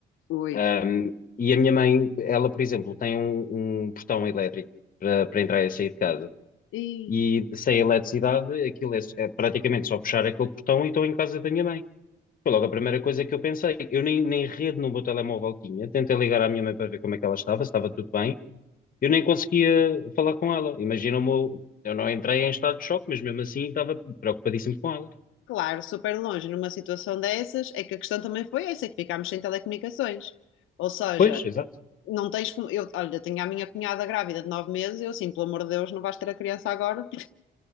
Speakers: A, on the left; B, on the left.
A: Oi.
B: Um, e a minha mãe, ela, por exemplo, tem um, um portão elétrico para, para entrar e sair de casa.
A: E,
B: E sem eletricidade, aquilo é, é praticamente só puxar aquele portão e estou em casa da minha mãe. Foi logo a primeira coisa que eu pensei. Eu nem, nem rede no meu telemóvel tinha. Tentei ligar à minha mãe para ver como é que ela estava, se estava tudo bem. Eu nem conseguia falar com ela. Imagina o meu. Eu não entrei em estado de choque, mas mesmo assim estava preocupadíssimo com ela.
A: claro, super longe numa situação dessas, é que a questão também foi essa, é que ficámos sem telecomunicações. Ou seja,
B: Pois, exato.
A: não tens como. Eu, olha, tenho a minha cunhada grávida de 9 meses, eu assim, pelo amor de Deus, não vais ter a criança agora,